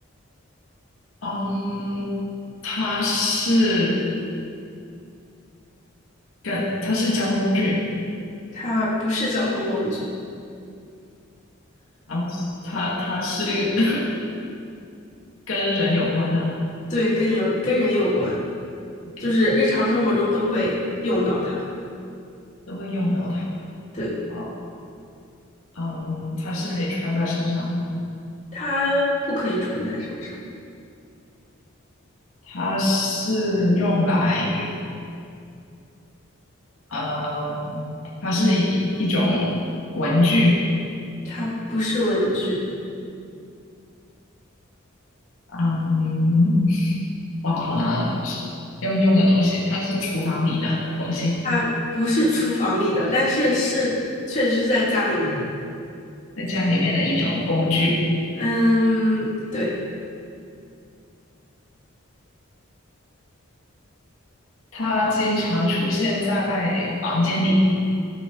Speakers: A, on the left; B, on the left.
A: 嗯，它是跟它是交通工具，
B: 它不是交通工具。
A: 然后它它是 <laughs> 跟人有关的
B: 对，跟有跟人有关，
A: ，OK，
B: 就是日常生活中都会用到它。
A: 都会用到它。
B: 对，
A: 好嗯，它是可以穿在身上的，
B: 它不可以穿在身上，
A: 它是用来，嗯，它是一一种文具，
B: 它不是文具，
A: 嗯，哇，好难哦，要用的东西，它是厨房里的东西，
B: 它不是厨房里的，但是是确实是在家里面的。
A: 在家里面的一种工具，
B: 嗯，对，
A: 它经常出现在房间里，